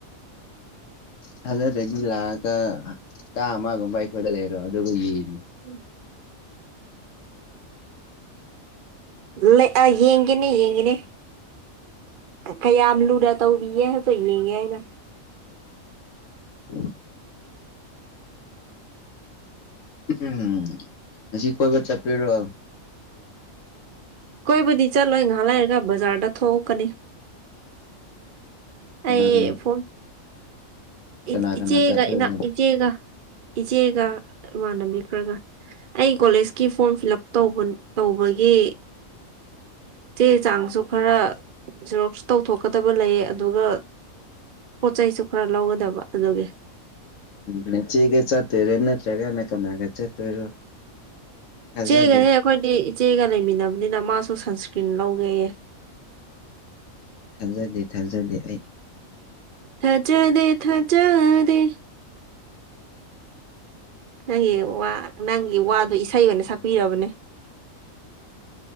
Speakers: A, on the left; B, on the right.
A: ꯊꯖꯗꯔꯥꯗꯝ ꯂꯥꯛꯑꯒ ꯍꯞꯇꯥ ꯑꯃꯒꯨꯝꯕ ꯑꯩꯈꯣꯏꯗ ꯂꯩꯔꯣ ꯑꯗꯨꯒ ꯌꯦꯡꯉꯣ
B: <unintelligible> ꯂꯦꯛꯑ ꯌꯦꯡꯒꯦꯅꯦ ꯌꯦꯡꯒꯦꯅꯦ ꯀꯌꯥꯝ ꯂꯨꯔ ꯇꯧꯕꯤꯒꯦ ꯍꯥꯢꯕꯗꯣ ꯌꯦꯡꯒꯦ ꯑꯩꯅ
A: <unintelligible> ꯎꯝ ꯉꯁꯤ ꯀꯣꯏꯕ ꯆꯠꯇꯣꯏꯔꯣ
B: ꯀꯣꯏꯕꯨꯗꯤ ꯆꯠꯂꯣꯏ ꯉꯥꯏꯍ ꯂꯩꯔꯒ ꯕꯖꯥꯔꯗ ꯊꯣꯛꯂꯛꯀꯅꯤ
A: ꯀꯅꯥ
B: ꯑꯩ
A: ꯀꯅꯥ
B: ꯐꯣꯟꯣꯟ
A: ꯀꯅꯥ
B: ꯏ ꯏꯆꯦꯒ
A: ꯀꯅꯥ ꯆꯠꯇꯣꯏꯔꯣ
B: ꯏ ꯏꯆꯦꯒ ꯏꯆꯦꯒ ꯏꯃꯥꯟꯅꯕꯤ ꯈꯔꯒ ꯑꯩ ꯀꯣꯂꯦꯖꯀꯤ ꯐꯣꯔꯝ ꯐꯤꯜ ꯑꯞ ꯇꯧꯕꯒꯤ ꯆꯦ ꯆꯥꯡꯁꯨ ꯈꯔ ꯁꯦꯔꯣꯛꯞꯁꯨ ꯇꯧꯊꯣꯛꯀꯗꯕ ꯂꯩ ꯑꯗꯨꯒ ꯄꯣꯠ ꯆꯩꯁꯨ ꯈꯔ ꯂꯧꯒꯗꯕ ꯑꯗꯨꯒꯤ
A: ꯎꯝ ꯅꯆꯦꯒ ꯆꯠꯇꯣꯏꯔ ꯅꯠꯇ꯭ꯔꯒ ꯀꯅꯥꯒ ꯆꯠꯇꯣꯏꯔꯣ ꯊꯥꯖꯗꯦ
B: ꯏꯆꯦꯒꯅꯦ ꯑꯩꯈꯣꯏꯗꯤ ꯏꯆꯦꯒ ꯂꯩꯃꯤꯟꯅꯕꯅꯤꯅ ꯃꯥꯁꯨ ꯁꯟꯁꯀ꯭ꯔꯤꯟ ꯂꯧꯒꯦꯌꯦ
A: ꯊꯥꯖꯗꯦ ꯊꯥꯖꯗꯦ ꯑꯩ
B: ꯊꯖꯥꯗꯦ ꯊꯖꯥꯗꯦ ꯅꯪꯒꯤ ꯋꯥ ꯅꯪꯒꯤ ꯋꯥꯗꯨ ꯏꯁꯩ ꯑꯣꯏꯅ ꯁꯛꯄꯤꯔꯕꯅꯦ